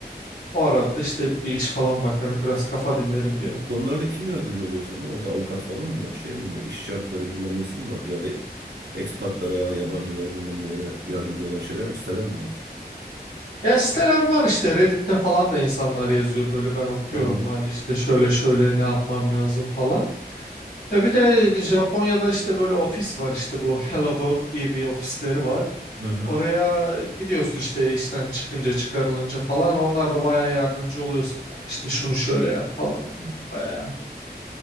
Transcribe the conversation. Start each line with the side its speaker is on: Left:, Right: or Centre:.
Left: O arada işte bir iş falan bakarım biraz kafa dinlerim diyor.
Right: Bu konularda kim yardımcı oluyor sana? Orada avukat falan mı var? Şey mi var? İşçi hakları bilmem nesi mi var? Ya da ekspatlara, yabancılara bilmem nelere yardımcı olan şeyler mi? Siteler mi var?
Left: Ya siteler var işte Reddit'te falan da insanlar yazıyor böyle ben okuyorum
Right: Hı.
Left: hani işte şöyle şöyle ne yapmam lazım falan. Ya bir de Japonya'da işte böyle ofis var işte bu <laughs> Hello Work diye bir ofisleri var.
Right: Hı hı.
Left: Oraya gidiyorsun işte işten çıkınca çıkarılınca falan onlar da bayağı yardımcı oluyor sana. Hani işte şunu şöyle yap falan hani bayağı.